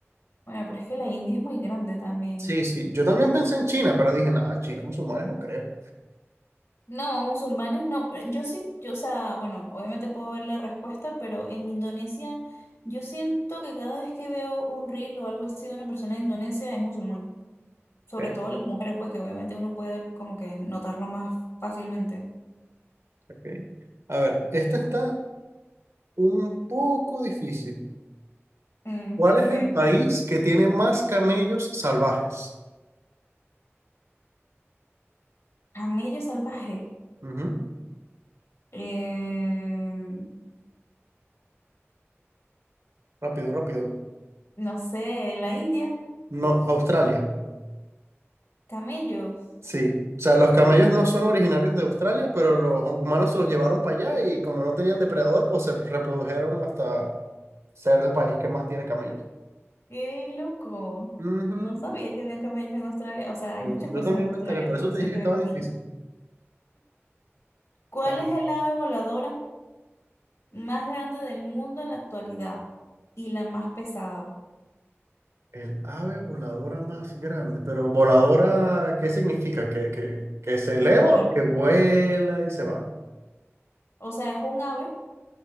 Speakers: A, on the left; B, on the right.
A: Bueno, pero es que la India es muy grande también.
B: Sí, sí, yo también pensé en China, pero dije, no, en China, musulmanes no creo.
A: No, musulmanes no. pero Yo sí, yo, o sea, bueno, obviamente puedo ver la respuesta, pero en Indonesia yo siento que cada vez que veo un reel o algo así de una persona de Indonesia es musulmán. Sobre
B: Ok,
A: todo las mujeres, pues que obviamente uno puede como que notarlo más fácilmente.
B: ok. A ver, esta está un poco difícil.
A: Mm,
B: ¿Cuál es
A: ok.
B: el país que tiene más camellos salvajes?
A: Camello salvaje.
B: Ujú,
A: Em,
B: Rápido, rápido.
A: no sé, en la India,
B: No, Australia.
A: camellos.
B: Sí. O sea, los camellos no son originarios de Australia, pero los humanos se los llevaron para allá y como no tenían depredador, pues se reprodujeron hasta, ser el país que más tiene camellos.
A: Qué loco.
B: Ujú.
A: No sabía que había camellos en Australia. O sea, hay
B: Yo,
A: muchas
B: yo
A: cosas
B: también
A: en Australia,
B: me enteré, por
A: pero
B: eso
A: no
B: te
A: sabía
B: dije
A: que
B: que
A: había
B: estaba
A: camellos.
B: difícil.
A: ¿Cuál
B: A ver,
A: es el ave voladora más grande del mundo en la actualidad y la más pesada
B: el ave voladora más grande, pero voladora, ¿qué significa? ¿Que, que, que se eleva
A: que puede volar?
B: o que vuela y se va?
A: O sea, es un ave